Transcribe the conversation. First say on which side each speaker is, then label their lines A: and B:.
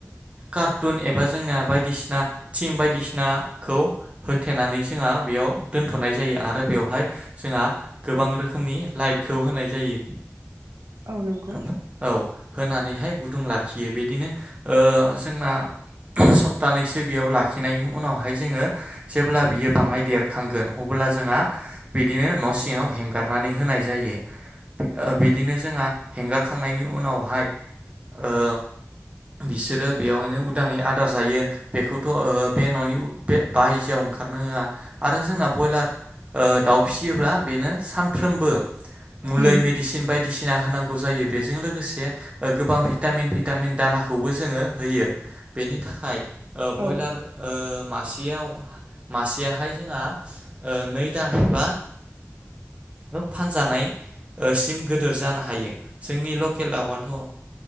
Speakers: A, on the right (about 25°); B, on the right (about 85°).
A: कारटुन एबा जोंना बायदिसिना थिं बायदिसिनाखौ होथेनानै जोंहा बेयाव दोनथ'नाय जायो आरो बेवहाय जोंहा गोबां रोखोमनि लाइटखौ होनाय जायो
B: औ नंगौ
A: ओमफा औ। होनानैहाय गुदुं लाखियो बिदिनो जोंना सप्तानैसो बेयाव लाखिनायनि उनावहाय जोङो जेब्ला बियो बाङाय देरखांगोन अब्ला ब्ला जोंङा बिदिनो न' सिङाव हेंगारनानै होनाय जायो बे ओ बिदिनो। जोंङा हेंगारखांनायनि उनावहाय ओ। बिसोरो बेवहायनो उदाङै आदार जायो बेखौथ' बे न'नि बे बायजोआव ओंखारनो होआ आरो जोंना बयलार ओ दाव। फिसियोब्ला बेनो सानफ्रोमबो मुलै
B: उम
A: मेदिसिन बाय बायदिसिना होनांगौ जायो बेजों लोगोसे गोबां भिटामिन भिटामिन दानाखौबो जोङो होयो बेनि थाखाय ओ बयलार
B: औ
A: ओ। ओ मासेयाव मासेहाय जोंहा ओ नै दान बा। फानजानाय सिम गो जानो हायो जोंनि लकेल दाउवा थ ओ